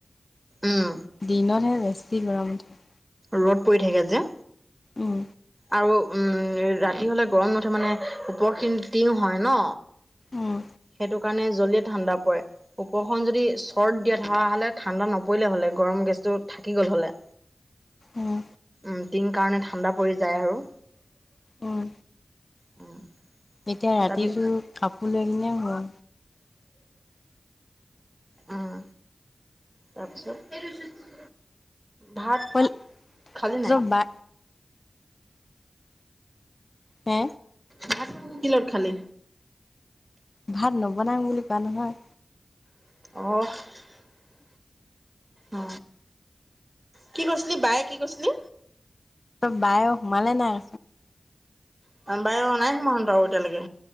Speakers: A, on the right; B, on the left.
A: উম
B: দিনতহে বেছি গৰম উঠে
A: ৰ'দ পৰি থাকে যে
B: উম
A: আৰু উম ৰাতি হ'লে গৰম নুঠে মানে ওপৰখিনি টিং হয় ন
B: উম
A: সেইটো কাৰণে জল্দি ঠাণ্ডা পৰে ওপৰখন যদি চৰ্ট দিয়া থকা হ'লে ঠাণ্ডা নপৰিলে হ'লে গৰম গেছটো থাকি গ'ল হ'লে
B: উম
A: উম টিং কাৰণে ঠাণ্ডা পৰি যায় আৰু
B: উম
A: উম
B: এতিয়া ৰাতিটো
A: তাৰপি
B: কাপোৰ লৈ কিনে শুৱ
A: অহ তাৰপিছত, এইটো চোন, ভাত
B: অল
A: খালি
B: তহঁতৰ
A: নাই?
B: বা হে,
A: ভাত কি লগত খালি?
B: ভাত নবনাং বুলি কোৱা নহয়।
A: অহ ', অ, কি কইছিলি বায়ে কি কইছিলি?
B: বায়ৱ সোমালে নাই?
A: <unintelligible> নাই সোমোৱা <unintelligible> এতিয়ালৈকে।